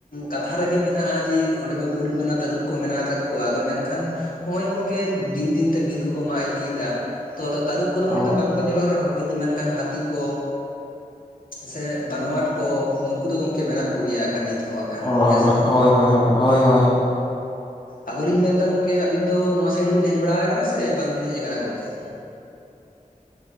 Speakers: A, on the left; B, on the left.
A: ᱠᱟᱛᱷᱟ ᱨᱮᱜᱮ ᱢᱮᱱᱟᱜᱼᱟ ᱡᱮ ᱚᱸᱰᱮ ᱫᱚ ᱠᱩᱞ ᱵᱟᱱᱟ ᱛᱟᱹᱨᱩᱵᱽ ᱠᱚ ᱢᱮᱱᱟᱜ ᱟᱠᱟᱫ ᱠᱚᱣᱟ ᱟᱫᱚ ᱢᱮᱱᱠᱷᱟᱱ ᱦᱚᱭ ᱜᱚᱝᱠᱮ ᱫᱤᱱ ᱫᱤᱱ ᱛᱮ ᱵᱤᱨ ᱠᱚᱠᱚ ᱢᱟᱜ ᱤᱫᱤ ᱭᱮᱫᱟ ᱛᱚ ᱟᱫᱚ ᱛᱟᱹᱨᱩᱵᱽ ᱠᱚᱫᱚ ᱦᱚᱭᱛᱚ
B: ᱚ
A: ᱵᱟᱝ ᱠᱚ ᱧᱮᱞᱚᱜ ᱨᱮᱦᱚᱸ ᱠᱤᱱᱛᱩ ᱢᱮᱱᱠᱷᱟᱱ ᱦᱟᱹᱛᱤ ᱠᱚ ᱥᱮ ᱵᱟᱱᱟᱣᱟᱴ ᱠᱚ ᱱᱩᱠᱩ ᱫᱚ ᱜᱚᱝᱠᱮ ᱢᱮᱱᱟᱜ ᱠᱚ ᱜᱮᱭᱟ ᱠᱟᱹ ᱱᱤᱛ ᱦᱚᱸ ᱟᱠᱷᱟᱱ
B: ᱚ
A: ᱦᱮᱸ
B: ᱦᱚ
A: ᱥᱮ ᱪᱮᱫ
B: ᱦᱚᱭ ᱦᱚᱭ ᱦᱚᱭ ᱦᱚᱭ
A: ᱟᱫᱚ ᱞᱤᱧ ᱢᱮᱱᱫᱟ ᱜᱚᱢᱠᱮ ᱟᱹᱵᱤᱱ ᱫᱚ ᱱᱚᱣᱟ ᱥᱟᱭᱤᱰ ᱵᱤᱱ ᱦᱮᱡ ᱵᱟᱲᱟ ᱟᱠᱟᱱᱟ ᱥᱮ ᱵᱟᱝ ᱵᱤᱱ ᱦᱮᱡ ᱟᱠᱟᱱᱟ ᱜᱚᱢᱠᱮ?